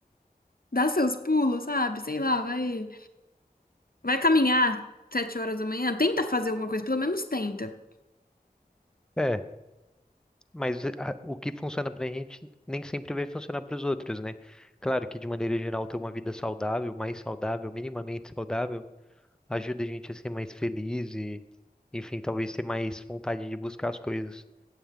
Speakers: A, on the left (about 70°); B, in the centre.
A: dá seus pulos, sabe? Sei lá, vai, vai caminhar sete horas da manhã, tenta fazer alguma coisa, pelo menos tenta.
B: É, mas a- o que funciona pra gente nem sempre vai funcionar para os outros, né? Claro que de maneira geral ter uma vida saudável, mais saudável, minimamente saudável ajuda a gente a ser mais feliz e, enfim, talvez ter mais vontade de buscar as coisas.